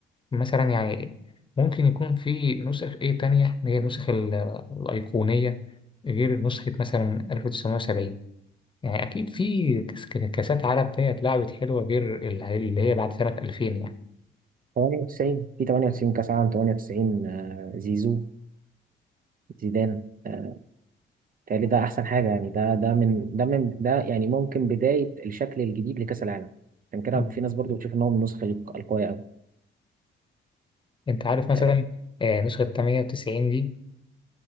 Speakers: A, on the left; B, on the right.
A: مثلا يعني ممكن يكون في نسخ إيه تانية هي النسخ ال- الأيقونية غير نسخة مثلا 1970 يعني أكيد في كاس- كاسات عالم تانية اتلعبت حلوة غير اللي هي بعد سنة 2000
B: 98 في 98 كأس عالم 98 آه، زيزو زيدان آه، تهيألي ده أحسن حاجة يعني ده ده من ده من ده يعني ممكن بداية الشكل الجديد لكأس العالم عشان كده
A: يعني
B: في ناس برضو بتشوف إن هو من النسخة القوية أوي
A: انت عارف مثلا
B: آه،
A: آه، نسخة 98 دي